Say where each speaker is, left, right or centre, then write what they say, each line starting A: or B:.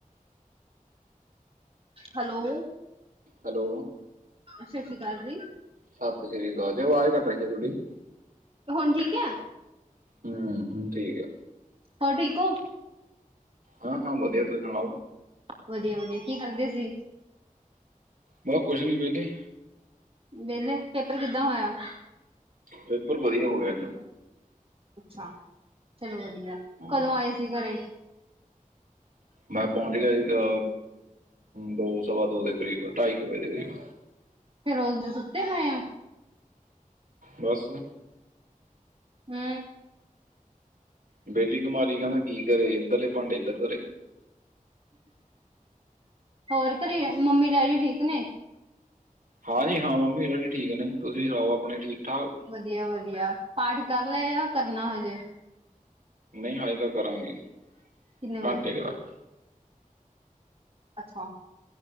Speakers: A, on the right; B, on the right.
A: hello
B: hello
A: ਸਤਿ ਸ੍ਰੀ ਅਕਾਲ ਜੀ।
B: ਸਤਿ ਸ੍ਰੀ ਅਕਾਲ ਜੀ ਵਾਜ ਕਟ ਰੀ ਐ ਸੋਡੀ।
A: ਹੁਣ ਠੀਕ ਐ?
B: ਹੂੰ, ਠੀਕ ਐ।
A: ਹੋਰ ਠੀਕ ਔ?
B: ਹਾਂ-ਹਾਂ ਵਧੀਆ, ਤੂਸੀ ਸੁਣਾਓ?
A: ਵਧੀਆ-ਵਧੀਆ, ਕੀ ਕਰਦੇ ਸੀ?
B: ਬਹ ਕੁਛ ਨੀ, ਬੇਲੇ।
A: ਵਿਹਲੇ, ਪੇਪਰ ਕਿੱਦਾਂ ਹੋਇਆ?
B: ਪੇਪਰ ਵਧੀਆ ਹੋਗਿਆ ਅੱਜ।
A: ਅੱਛਾ ਚਲੋ ਵਧੀਆ,
B: ਹਾਂ,
A: ਕਦੋਂ ਆਏ ਸੀ ਘਰੇ?
B: ਮੈਂ ਪਹੁੰਚ ਗਿਆ ਸੀਗਾ, ਦੋ ਸਵਾ-ਦੋ ਦੇ ਕਰੀਬ ਢਾਈ ਕੁ ਵਜੇ ਦੇ ਕਰੀਬ।
A: ਫਿਰ ਔਦੋ ਦੇ ਸੁੱਤੇ ਪਏ ਓਂ।
B: ਬਸ‌।
A: ਹੂੰ,
B: ਬੇਲੀ ਕਮਾਰੀ ਕਹਿੰਦਾ ਕੀ ਕਰੇ, ਇੱਧਰਲੇ ਭਾਂਡੇ ਇੱਧਰ ਧਰੇ।
A: ਹੋਰ ਘਰੇ ਮੰਮੀ ਡੈਡੀ ਠੀਕ ਨੇ?
B: ਹਾਂਜੀ ਹਾਂ ਮੰਮੀ-ਡੈਡੀ ਠੀਕ ਨੇ, ਤੁਸੀਂ ਸੁਣਾਓ ਆਪਣੇ ਠੀਕ-ਠਾਕ?
A: ਵਧੀਆ-ਵਧੀਆ, ਪਾਠ ਕਰਲਿਆ ਜਾ ਕਰਨਾ ਹਜੇ?
B: ਨਈ ਹਾਜੇ ਤਾਂ ਕਰਾਂਗੇ,
A: ਕਿੰਨੇ ਵਜੇ
B: ਘੰਟੇ ਕ ਦਾ
A: ਅੱਛਾ,